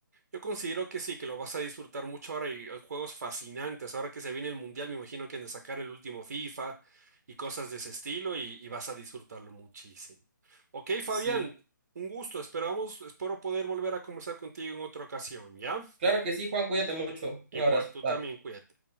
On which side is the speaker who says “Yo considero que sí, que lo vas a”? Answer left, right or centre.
Right